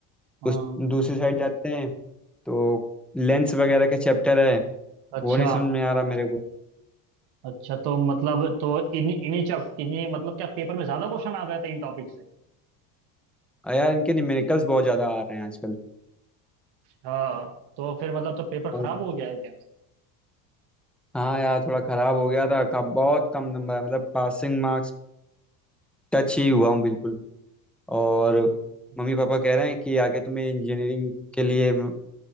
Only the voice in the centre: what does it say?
उस दूसरी साइड जाते हैं तो लेंस वगैरह के चैप्टर है
वो नहीं समझ में आ रहा मेरे को
अ यार इनके न्यूमेरिकल्स बहुत ज़्यादा आ रहे हैं आजकल
और
हाँ यार थोड़ा ख़राब हो गया था कब बहुत कम नंबर है मतलब पासिंग मार्क्स टच ही हुआ हूँ बिल्कुल और
मम्मी पापा कह रहे हैं कि आगे तुम्हें इंजीनियरिंग के लिए म-